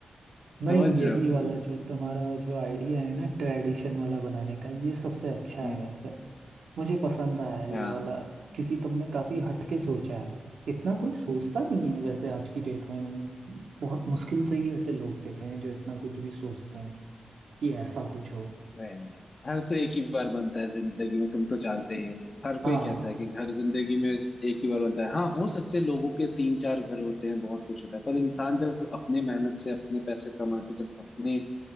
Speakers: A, on the right (about 80°); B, on the left (about 35°).
A: नहीं
B: समझ
A: यही
B: रहे हो
A: वाला जो तुम्हारा जो आइडिया है ना ट्रेडिशन वाला बनाने का ये सबसे अच्छा
B: हम्म,
A: है वैसे मुझे पसंद आया ये
B: हाँ
A: वाला क्योंकि तुमने काफी हट के सोचा है इतना कोई सोचता नहीं है वैसे आज की डेट में मैंने बहुत मुश्किल से ही ऐसे लोग देखे हैं जो इतना कुछ भी सोचते हैं कि ऐसा कुछ हो
B: वही है। घर तो एक ही बार बनता है जिंदगी में तुम तो जानते ही हो हर कोई
A: हाँ
B: कहता है कि घर जिंदगी में एक ही बार बनता है हाँ हो सकते हैं लोगों के तीन चार घर होते हैं बहुत कुछ होता है पर इंसान जब अपने मेहनत से अपने पैसे कमा के जब अपने